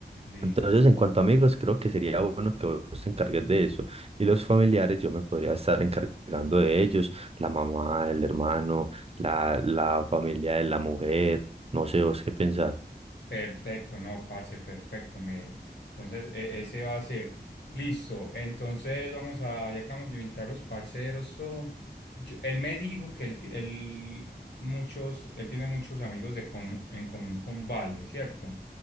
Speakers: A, on the left; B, on the right.
A: Listo.
B: Entonces, en cuanto a amigos, creo que sería bueno que vos te encargues de eso. Y los familiares, yo me podría estar encargando de ellos, la mamá, el hermano, la, la familia de la mujer, no sé vos qué pensar.
A: Perfecto, no, parce, perfecto. Me... Entonces, e- ese va a ser. Listo. Entonces, vamos a, ya acabamos de inventar los parceros, todo. Yo- él me dijo que él, ti- él muchos, él tiene muchos amigos de com- en común con Vale, ¿cierto?